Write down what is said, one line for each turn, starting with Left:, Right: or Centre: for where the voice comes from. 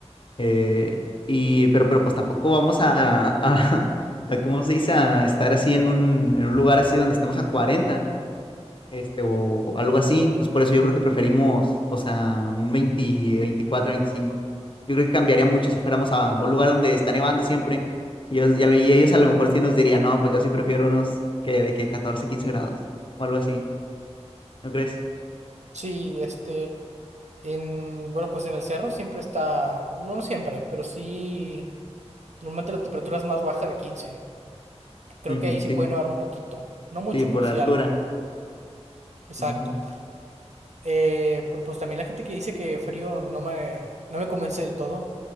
Left: eh, y, pero, pero pues tampoco vamos a, a, <laughs> a, ¿cómo se dice? A estar así en un, en un lugar así donde estemos a 40 este, o algo así. Entonces, por eso yo creo que preferimos, o sea, un 20, veinticuatro veinticinco Yo creo que cambiaría mucho si fuéramos a, a un lugar donde está nevando siempre. Y ellos, y a lo- y ellos a lo mejor sí nos dirían, no, pues yo sí prefiero unos que de que catorce 15 grados o algo así. ¿No crees?
Right: Sí, este, en, bueno, pues en el cerro siempre está, no no siempre, pero sí, normalmente la temperatura es más baja de quince Creo
Left: Ujú,
Right: que ahí sí
Left: sí,
Right: puede nevar un poquito. No mucho,
Left: sí, por
Right: pero sí
Left: la altura.
Right: algo. Exacto.
Left: Ujú.
Right: Eh, pero pues también la gente que dice que frío no me, no me convence del todo,